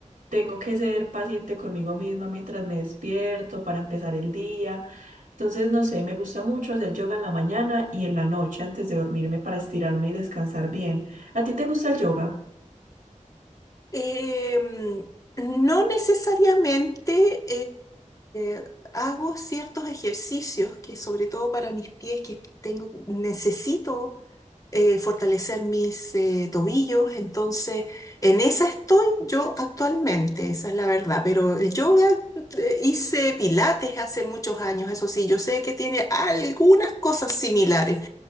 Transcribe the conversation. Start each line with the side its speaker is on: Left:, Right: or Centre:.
Right: tengo que ser paciente conmigo misma mientras me despierto para empezar el día. Entonces, no sé, me gusta mucho hacer yoga en la mañana y en la noche antes de dormirme para estirarme y descansar bien. ¿A ti te gusta el yoga?
Left: Eh, no necesariamente eh, hago ciertos ejercicios que sobre todo para mis pies que tengo, necesito eh, fortalecer mis eh, tobillos. Entonces, en esa estoy yo actualmente, esa es la verdad. Pero el yoga, eh, hice pilates hace muchos años, eso sí, yo sé que tiene algunas cosas similares,